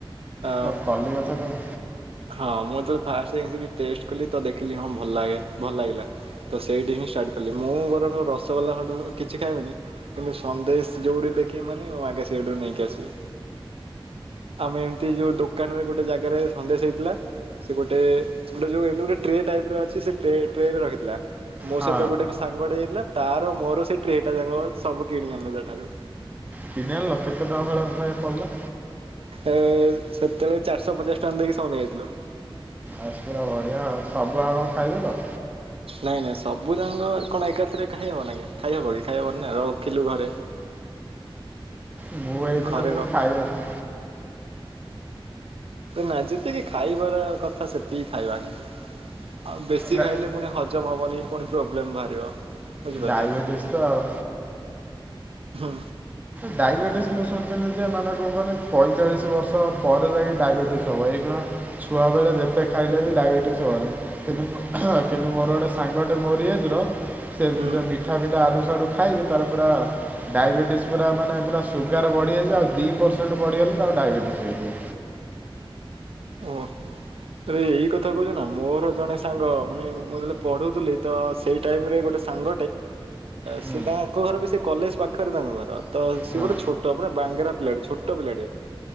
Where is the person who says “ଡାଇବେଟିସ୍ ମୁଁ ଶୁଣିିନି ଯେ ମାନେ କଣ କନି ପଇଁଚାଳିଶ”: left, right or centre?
Right